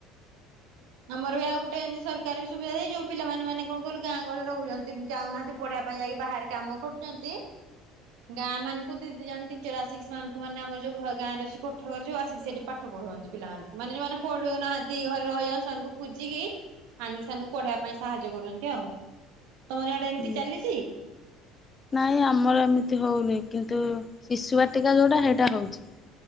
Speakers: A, on the right; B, on the left.
A: ଆମର ବି ଆଉ ଗୋଟେ ଏଇନି ସରକାର ବି ସୁବିଧା ଦେଇ ଯୋଉ ପିଲାମାନେ ମାନେ କଣ କହିଲୁ ଗାଁ ଗହଳିରେ ରହୁଛନ୍ତି ଯାଉନାହାନ୍ତି ପଢିବା ପାଇଁ ଯାଇକି ବାହାରେ କାମ କରୁଚନ୍ତି ଗାଁ ମାନଙ୍କୁ ଦି ଦି ଜଣ ଟିଚର ଆସିକି ସେମାନଙ୍କୁ ମାନେ ଆମର ଯୋଉ ଗାଁରେ ଅଛି କୋଠ ଘର ଯୋଉ ଆସିକି ସେଠି ପାଠ ପଢଉହନ୍ତି ପିଲାମାନଙ୍କୁ ମାନେ ଯୋଉମାନେ ପଢୁନାହାନ୍ତି ଘରେ ରହିଯାନ୍ତି ସେମାନଙ୍କୁ ଖୋଜିକି ଆଣି ସେମାନଙ୍କୁ ପଢେଇବା ପାଇଁ ସାହାଯ୍ୟ କରୁଛନ୍ତି ଆଉ। ତମର ଇଆଡେ ଏମିତି
B: ହୁଁ
A: ଚାଲିଚି?
B: ନାଇଁ ଆମର ଏମିତି ହଉନି କିନ୍ତୁ ଶିଶୁ ବାଟିକା ଯଉଟା ସେଇଟା ହଉଚି।